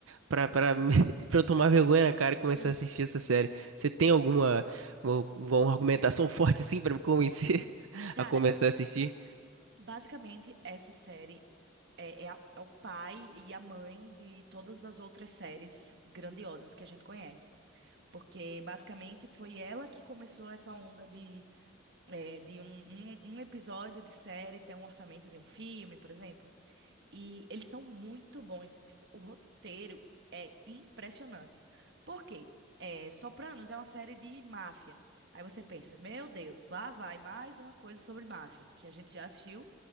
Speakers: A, on the right; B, on the right.
A: pra, pra, me- <laughs> pra eu tomar vergonha na cara e começar
B: Uhum.
A: a assistir essa série. Você tem alguma uma, uma argumentação <laughs> forte assim pra me convencer <laughs>
B: Cara,
A: a começar a assistir?
B: basicamente essa série É, é a- é o pai e a mãe de todas as outras séries grandiosas que a gente conhece. Porque basicamente foi ela que começou essa onda de, é, de um, um, um episódio de série ter um orçamento de um filme, por exemplo. E eles são muito bons. Tipo, o roteiro é impressionante. Por quê? É, Sopranos é uma série de máfia. Aí você pensa, meu Deus, lá vai mais uma coisa sobre máfia, que a gente já assistiu